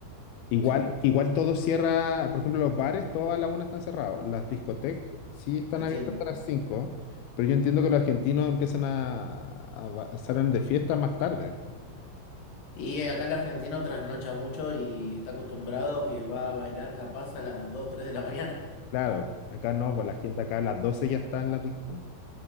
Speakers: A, on the left (about 80°); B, on the left (about 60°).
A: Igual,
B: Sí,
A: igual todo cierra, por ejemplo, los bares, todos a la una están cerrados. Las discotecas sí están
B: entiendo.
A: abiertas hasta las cinco pero yo entiendo que los argentinos empiezan a, a ba- salen de fiesta más tarde.
B: Y acá el argentino trasnocha mucho y está acostumbrado que va a bailar capaz a las 2 3 de la mañana.
A: Claro, acá no, pues la gente acá a las 12 ya está en la disco